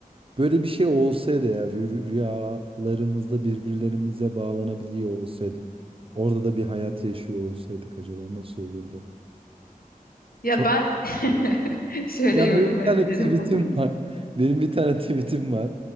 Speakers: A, on the right; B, on the left.
A: Böyle bir şey olsaydı ya rü- rüyalarımızda birbirlerimize bağlanabiliyor olsaydık. Orada da bir hayat yaşıyor olsaydık acaba nasıl olurdu?
B: Ya
A: Çok
B: ben <laughs> şöyle
A: Ya
B: yorumlayabilirim
A: benim bir tane tweetim
B: bunu.
A: var. Benim bir tane tweetim var.